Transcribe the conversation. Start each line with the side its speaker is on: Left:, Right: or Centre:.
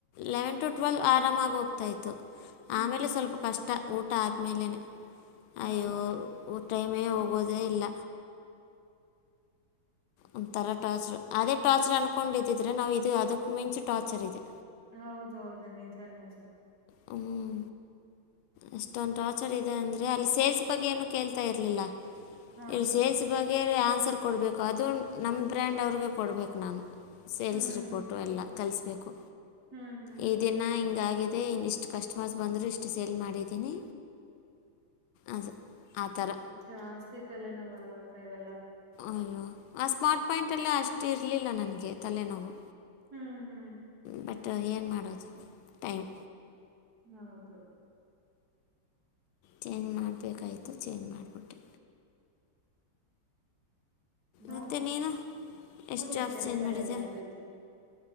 Left: ಲೆವೆನ್ ಟು ಟ್ವೆಲ್ವ್ ಆರಾಮಾಗಿ ಹೋಗ್ತಾ ಇತ್ತು
Right: ಹ್ಮ್
Left: ಆಮೇಲೆ ಸ್ವಲ್ಪ ಕಷ್ಟ ಟ ಊಟ ಆದ್ಮೇಲೇನೆ
Right: ಹಾ
Left: ಅಯ್ಯೋ
Right: ಹಾ ಹಾ
Left: ಟೈಮೇ ಹೋಗೋದೇ ಇಲ್ಲ ಒಂಥರ ಟಾರ್ಚರು ಅದೇ ಟಾರ್ಚರು ಅನ್ಕೊಂಡಿದ್ದಿದ್ರೆ ನಾವು ಇದು ಅದಕ್ಕೆ ಮಿಂಚು ಟಾರ್ಚರ್ ಇದೆ
Right: ಹೌದ ಹೌದು ನಿಜ ನಿಜ
Left: ಹ್ಮ್ ಅಷ್ಟೊಂದು ಟಾರ್ಚರ್ ಇದೆ ಅಂದ್ರೆ ಅಲ್ಲಿ ಸೇಲ್ಸ್ ಬಗ್ಗೆ ಏನು ಕೇಳ್ತಾ ಇರ್ಲಿಲ್ಲ
Right: ಹಾ
Left: ಇಲ್ಲಿ
Right: ಅಕ್ಕ
Left: ಸೇಲ್ಸ್ ಬಗ್ ಬೇರೆ ಆನ್ಸರ್ ಕೊಡಬೇಕು ಅದು ನಮ್ಮ ಬ್ರ್ಯಾಂಡ್ ಅವ್ರಿಗೆ ಕೊಡ್ಬೇಕು ನಾನು ಸೇಲ್ಸ್
Right: ಹ್ಮ್
Left: ರಿಪೋರ್ಟು ಎಲ್ಲ ಕಳಿಸಬೇಕು
Right: ಹ್ಮ್ ಹ್ಮ್
Left: ಈ
Right: ಹ್ಮ್
Left: ದಿನ ಹಿಂಗ ಆಗಿದೆ ಇಷ್ಟು ಕಸ್ಟಮರ್ಸ್ ಬಂದ್ರು ಇಷ್ಟು ಸೇಲ್ ಮಾಡಿದ ಇನಿ ಅದು ಆ ಥರ
Right: ಜಾಸ್ತಿ ತಲೆನೋವು ಅಲ್ವಾ ಅಕ್ಕ ಇವೆಲ್ಲ
Left: ಅಯ್ಯೋ ಆ ಸ್ಮಾರ್ಟ್ ಪಾಯಿಂಟ್ ಅಲ್ಲೇ ಅಷ್ಟು ಇರಲಿಲ್ಲ ನನಗೆ ತಲೆನೋವು
Right: ಹ್ಮ್ ಹ್ಮ್
Left: ಬಟ್ ಏನು ಮಾಡೋದು ಟೈಮ್
Right: ಹೌದು
Left: ಚೇಂಜ್ ಮಾಡ್ಬೇಕಾಯ್ತು ಚೇಂಜ್ ಮಾಡ್ಬಿಟ್ಟೆ
Right: ನೋ
Left: ಮತ್ತು ನೀನು ಎಷ್ಟು
Right: ನೋಡಿಯ
Left: ಜಾಬ್ಸ್
Right: ಬೇರೆ
Left: ಚೇಂಜ್
Right: ಕಡೆ
Left: ಮಾಡಿದ್ಯಾ
Right: ಎಲ್ಲಾದ್ರೂ ಇದ್ರೆ